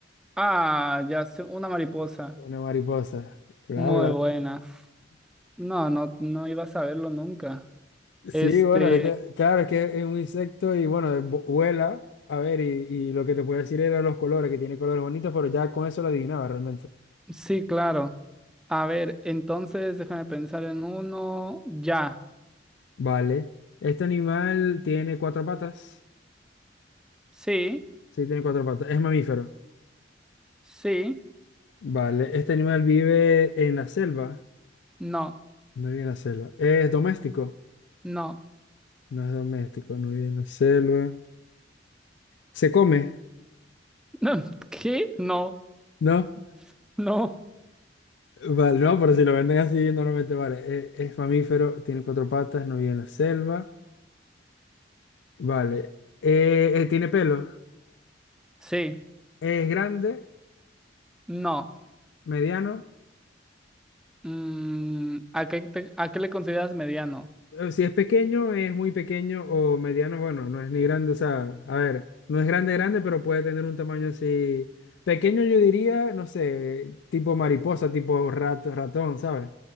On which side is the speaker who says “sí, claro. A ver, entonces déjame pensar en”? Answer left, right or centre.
Centre